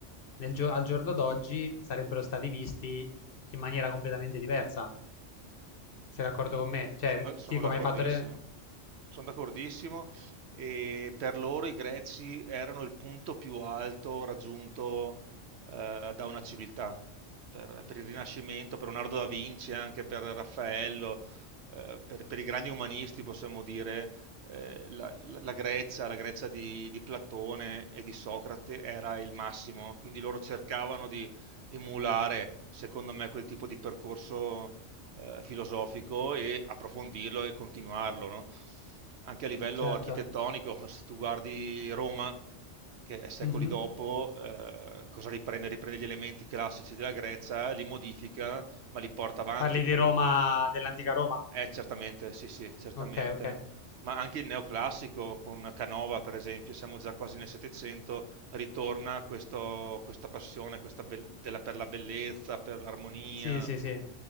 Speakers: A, on the left; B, on the right.
A: nel gio- al giorno d'oggi sarebbero stati visti in maniera completamente diversa. Sei d'accordo con me? Cioè,
B: Sono da- sono
A: sì, come
B: d'accordissimo,
A: hai fatto te?
B: sono d'accordissimo e per loro i Greci erano il punto più alto raggiunto eh, da una civiltà. Per, per il Rinascimento, per Leonardo da Vinci, anche per Raffaello, eh, per, per i grandi umanisti possiamo dire eh, la, la- la Grecia, la Grecia di, di Platone e di Socrate era il massimo, quindi loro cercavano di emulare, secondo me, quel tipo di percorso eh, filosofico e approfondirlo e continuarlo, no? Anche a livello
A: Certo.
B: architettonico, <laughs> se tu guardi Roma, che è secoli
A: Mhm.
B: dopo, eh, cosa riprende? Riprende gli elementi classici della Grecia, li modifica, ma li porta avanti
A: Parli
B: perché...
A: di Roma, dell'antica Roma.
B: Eh, certamente, sì, sì, certamente.
A: Ok, ok.
B: Ma anche il neoclassico con Canova, per esempio, siamo già quasi nel Settecento, ritorna questo- questa passione questa bel- della- per la bellezza, per l'armonia,
A: Sì, sì, sì.